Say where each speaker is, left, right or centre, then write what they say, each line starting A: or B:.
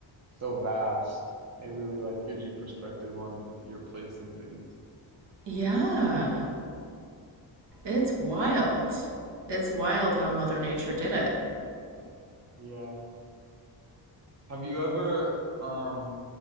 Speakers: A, on the right; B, on the right.
A: so vast. It really like gives you perspective on your place and things.
B: Yeah. It's wild. It's wild how Mother Nature did it.
A: Yeah. Have you ever um